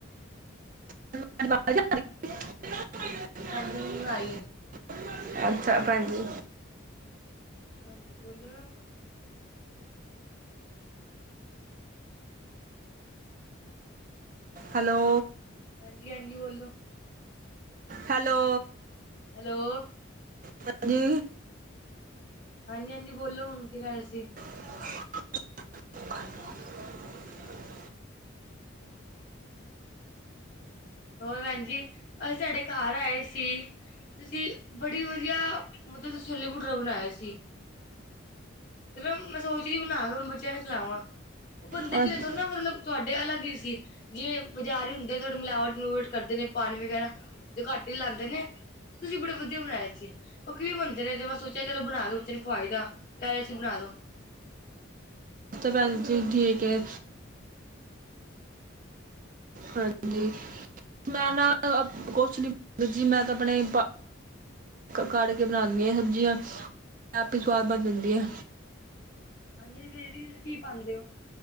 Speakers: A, on the right; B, on the left.
A: <inaudible>
B: ਹਾਂਜੀ ਹੁਣ ਆਈ ਹੈ
A: ਅੱਛਾ ਭੈਣ ਜੀ
B: ਹਾਂਜੀ ਬੋਲੋ ਨਾ
A: ਹੈਲੋ
B: ਹਾਂਜੀ ਹਾਂਜੀ ਬੋਲੋ
A: ਹੈਲੋ
B: ਹੈਲੋ
A: ਹਾਂਜੀ
B: ਹਾਂਜੀ ਹਾਂਜੀ ਬੋਲੋ ਹੁਣ ਕੀ ਖ ਰਿਹਾ ਸੀ
A: <inaudible>
B: ਹੋਰ ਭੈਣ ਜੀ ਅਸੀਂ ਸਾਡੇ ਘਰ ਆਏ ਸੀ ਤੁਸੀਂ ਬੜੀ ਵਧੀਆ ਮਤਲਬ ਛੋਲੇ ਭਟੂਰੇ ਬਣਾ ਏ ਸੀ ਚਲੋ ਮੈਂ ਸੋਚਦੀ ਬਣਾਵਾਂ ਬੱਚਿਆਂ ਲਈ ਬਣਾ ਵਾ। ਉਹ ਬਣਦੇ
A: ਅ-
B: ਕਿ ਥੜਾ ਨਾ ਮਤਲਬ ਤੁਹਾਡੇ ਅਲੱਗ ਹੀ ਸੀ ਜੇ ਬਾਜ਼ਾਰ ਹੀ ਹੁੰਦੇ ਥੋੜੀ ਮਿਲਾਵਟ ਮਲੂਵਟ ਕਰਦੇ ਨੇ ਪਾਣੀ ਵਗੈਰਾ ਤੇ ਘੱਟ ਹੀ ਲਾਉਂਦੇ ਨੇ ਤੁਸੀਂ ਬੜੇ ਵਧੀਆ ਬਣਾਏ ਸੀ ਵੀ ਬਣਦੇ ਨੇ ਤੇ ਮੈਂ ਸੋਚਿਆ ਚਲੋ ਬਣਾ ਲੋ ਖਵਾ ਹੀ ਦਾ ਤਾਂ ਏਦੇ ਚ ਬਣਾ ਦੋ
A: ਸ ਪੈ ਠੀਕ ਹੈ ਹਾਂਜੀ ਮੈਂ ਨਾ ਕੁਛ ਨੀ ਮੈਂ ਤਾਂ ਆਪਣੇ ਕਢ ਕੇ ਬਣਾਉਂਦੀ ਹਾਂ ਸਬਜ਼ੀਆਂ ਆਪ ਹੀ ਸਵਾਦ ਬਣ ਜਾਂਦੀਆਂ
B: ਹਾਂਜੀ ਵੀ ਕੀ ਪਾਉਂਦੇ ਹੋ